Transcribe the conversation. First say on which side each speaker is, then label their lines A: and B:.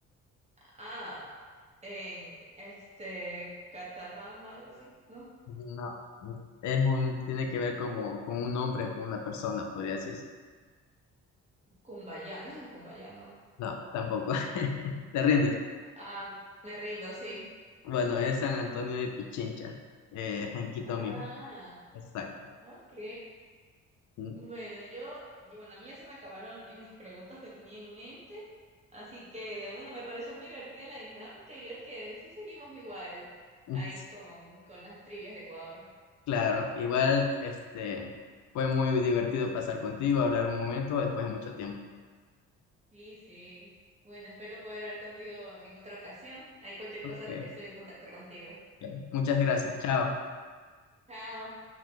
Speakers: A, on the right (about 20°); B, on the left (about 70°).
A: Ah, en este Catabamba, algo así, ¿no?
B: No, es un, tiene que ver como con un nombre, con una persona, podría decirse.
A: Cumbayá, no es en Cumbayá, no.
B: No, tampoco. <laughs> ¿Te rindes?
A: Ah, me rindo, sí.
B: Bueno, es San Antonio de Pichincha, eh, en Quito
A: Ah,
B: mismo. Exacto.
A: ok.
B: Mm,
A: Bueno, yo, yo- bueno, a mí ya se me acabaron en las preguntas que tenía en mente, así que bueno, me pareció muy divertida la dinámica y veo que sí seguimos igual
B: mm,
A: ahí
B: s-
A: con, con las trivias de Ecuador.
B: Claro, igual, este, fue muy divertido pasar contigo, hablar un momento después de mucho tiempo.
A: Sí, sí. Bueno, espero poder hablar contigo en otra ocasión. Ahí cualquier
B: Ok,
A: cosa estoy en contacto contigo.
B: ok. Muchas gracias. Chao.
A: Chao.